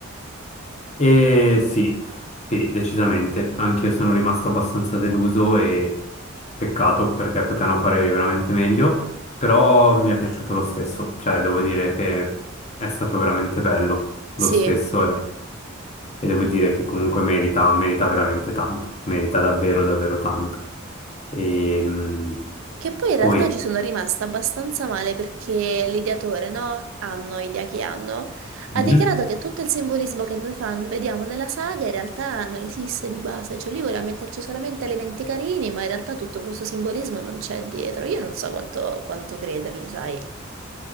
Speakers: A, on the left; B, on the right.
A: E sì, sì, decisamente. Anch'io sono rimasto abbastanza deluso e peccato perché potevano fare veramente meglio, però mi è piaciuto lo stesso. Cioè, devo dire che è stato veramente bello lo
B: Sì.
A: stesso e, e devo dire che comunque merita, merita veramente tanto, merita davvero, davvero tanto. E mh,
B: Che poi in
A: poi...
B: realtà ci sono rimasta abbastanza male perché l'ideatore, no? Hanno, idea che hanno,
A: Mhm.
B: ha dichiarato che tutto il simbolismo che noi fan vediamo nella saga in realtà non esiste di base, cioè lui voleva metterci solamente elementi carini, ma in realtà tutto questo simbolismo non c'è dietro. Io non so quanto, quanto credergli, sai?